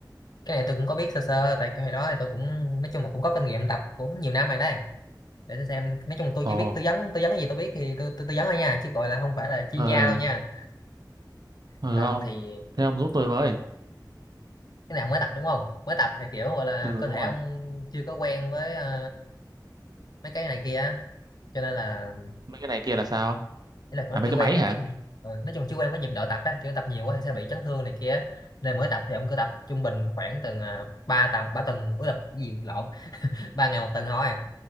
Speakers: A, on the left; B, on the right.
A: cái này tôi cũng có biết sơ sơ tại cái hồi đó thì tôi cũng nói chung là cũng có kinh nghiệm tập cũng nhiều năm rồi đấy để tôi xem nói chung là tôi
B: Ồ,
A: chỉ biết tư vấn tư vấn cái gì tôi biết thì tôi tôi tư vấn thôi nha chứ gọi là không phải là chuyên
B: ờ,
A: gia
B: ờ,
A: đâu nha
B: ừ,
A: Ờ,
B: ông.
A: thì
B: Thế
A: ừ,
B: ông giúp tôi với.
A: cái nào mới tập đúng không mới tập thì kiểu gọi là
B: Ừ,
A: cơ
B: đúng
A: thể
B: rồi.
A: ông chưa có quen với ờ, mấy cái này kia á. cho nên là
B: Mấy cái này kia là sao?
A: Ý là nó
B: À, mấy
A: chưa
B: cái
A: quen
B: máy
A: với
B: hả?
A: cái nhịp- ừ, nói chung chưa quen với nhịp độ tập á kiểu tập nhiều quá thì sẽ bị chấn thương này kia nên mới tập thì ông cứ tập trung bình khoảng từng à, ba tuần ba tuần ui là cái gì lộn <laughs> ba ngày một tuần thôi